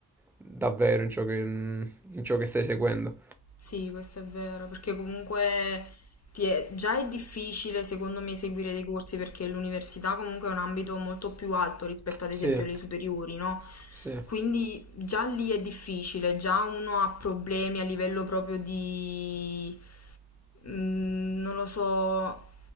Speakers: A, in the centre; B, on the left.
A: davvero in ciò che, in ciò che stai seguendo.
B: Sì, questo è vero, perché comunque ti è- già è difficile secondo me seguire dei corsi perché l'università comunque è un ambito molto più alto rispetto ad
A: Sì,
B: esempio alle superiori, no?
A: sì,
B: Quindi già lì è difficile, già uno ha problemi a livello proprio di mm, non lo so,